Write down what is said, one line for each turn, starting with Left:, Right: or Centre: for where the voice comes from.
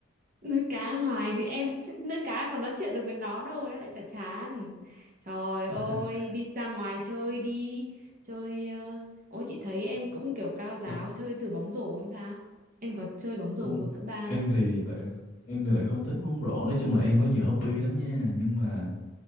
Right: Nuôi cá hoài thì em nuôi cá em còn nói chuyện được với nó đâu mà em lại chả chán. Trời ơi,
Left: <laughs>
Right: đi ra ngoài chơi đi. Chơi ờ, ôi chị thấy em cũng kiểu cao giáo
Left: Ê,
Right: chơi thử bóng rổ không sao? Em có chơi bóng rổ
Left: Con,
Right: hồi cấp 3
Left: em
Right: không?
Left: thì lại em thì lại không thích bóng rổ. Nói chung là em có nhiều hobby lắm nha. Nhưng mà